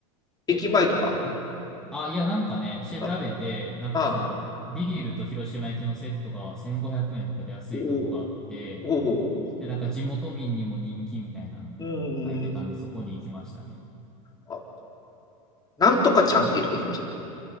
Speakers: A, on the left; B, in the centre.
A: 駅前とか
B: え、あ、もう、あ、いや、なんかね、調べて、
A: あ
B: なんかその、
A: あ、
B: ビールと広島焼きのセットが1500円とかで安いとこがあって、
A: おほうほうほうほ
B: で、なんか地元民にも人気みたいなの書いてたんで、
A: う。うーん。
B: そこに行きましたね。
A: あ、なんとかちゃんっていうとこ行きましたね。